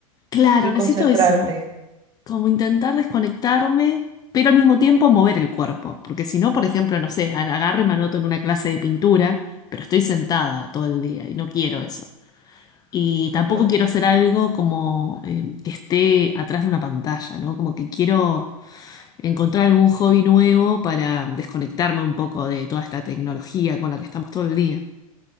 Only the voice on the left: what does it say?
Claro,
necesito eso. como intentar desconectarme, pero al mismo tiempo mover el cuerpo, porque si no, por ejemplo, no sé, agarro y me anoto en una clase de pintura, pero estoy sentada todo el día y no quiero eso. Y tampoco
quiero hacer algo como eh, que esté atrás de una pantalla, ¿no? Como que quiero encontrar algún hobby nuevo para desconectarme un poco de toda esta tecnología con la que estamos todo el día.